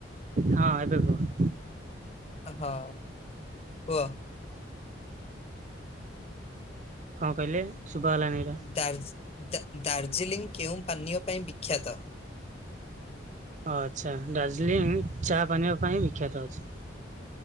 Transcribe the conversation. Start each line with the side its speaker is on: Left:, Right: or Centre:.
Right: ହଁ ଏବେ କୁହ।
Left: ହଁ କୁହ।
Right: କଣ କହିଲେ ଶୁଭା ଗଲାନି ଏଇଟା
Left: ଦାର୍ଜ-ଦାର୍ଜିଲିଂ କେଉଁ ପାନୀୟ ପାଇଁ ବିଖ୍ୟାତ?
Right: ଓ ଆଚ୍ଛା ଦାର୍ଜିଲିଂ ଚା ପାନିଅ ପାଇଁ ବିଖ୍ୟାତ ଅଛି।